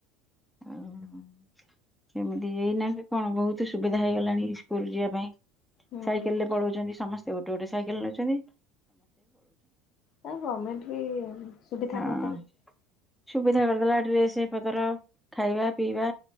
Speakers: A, in the centre; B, on the left.
A: ଓହୋ କେମିତି ଏଇନା କି କଣ ବହୁତ ସୁବିଧା ହେଇଗଲାଣି ସ୍କୁଲ ଯିବା ପାଇଁ।
B: ହୁଁ।
A: ସାଇକେଲ ରେ ପଳଉଛନ୍ତି ସମସ୍ତେ ଗୋଟେ ଗୋଟେ ସାଇକେଲ ନଉଛନ୍ତି।
B: ହୁଁ ଗମେଣ୍ଟ ବି ସୁବିଧା
A: ହଁ
B: କରିଦେଲେ।
A: ସୁବିଧା କରିଦେଲା ଡ୍ରେସ ପତର ଖାଇବା ପିଇବା।